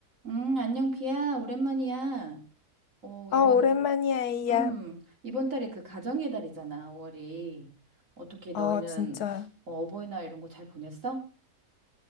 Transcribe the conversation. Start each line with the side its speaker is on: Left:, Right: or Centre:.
Right: 음, 안녕, 비야. 오랜만이야. 어,
Left: 아,
Right: 이번,
Left: 오랜만이야, 이야.
Right: 음, 이번 달에 그 가정의 달이잖아, 5월이. 어떻게 너희는
Left: 아, 진짜.
Right: 어, 어버이날 이런 거 잘 보냈어?